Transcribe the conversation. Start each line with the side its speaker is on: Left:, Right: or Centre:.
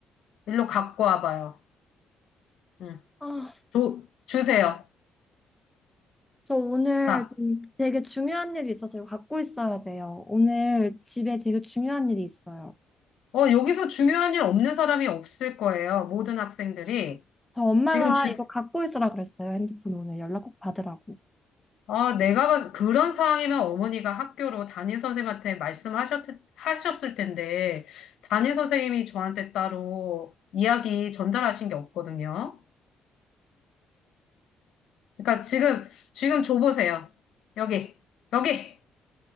Left: 일로 갖고 와봐요. 응.
Centre: 아,
Left: 줘, 주세요.
Centre: 저 오늘
Left: 자,
Centre: 좀 되게 중요한 일이 있어서 이거 갖고 있어야 돼요. 오늘 집에 되게 중요한 일이 있어요.
Left: 어, 여기서 중요한 일 없는 사람이 없을 거예요. 모든 학생들이.
Centre: 저 엄마가
Left: 지금 주,
Centre: 이거 갖고 있으라 그랬어요. 핸드폰 오늘 연락 꼭 받으라고.
Left: 아, 내가 봤- 그런 상황이면 어머니가 학교로 담임 선생님한테 말씀하셨, 하셨을 텐데, 담임 선생님이 저한테 따로 이야기 전달하신 게 없거든요. 그러니까 지금, 지금 줘보세요. 여기, 여기!